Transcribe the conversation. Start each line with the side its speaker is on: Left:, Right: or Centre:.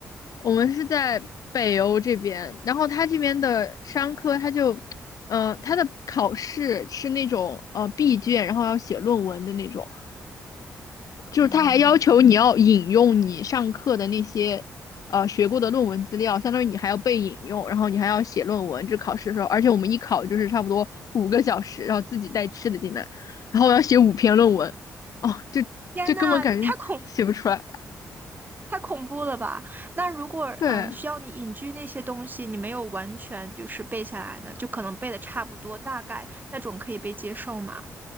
Left: 我们是在北欧这边，然后他这边的商科，他就，呃，他的考试是那种呃闭卷，然后要写论文的那种。就是他还要求你要引用你上课的那些呃学过的论文资料，
Right: 嗯，
Left: 相当于你还要被引用，然后你还要写论文，这考试的时候，而且我们一考就是差不多五个小时，然后自己带吃的进来，然后我要写五篇论文，哦，这这根本感觉写不出来。
Right: 天呐，太恐太恐怖了吧？那如果嗯需要你隐居那些东西，
Left: 对，
Right: 你没有完全就是背下来呢，就可能背的差不多，大概那种可以被接受吗？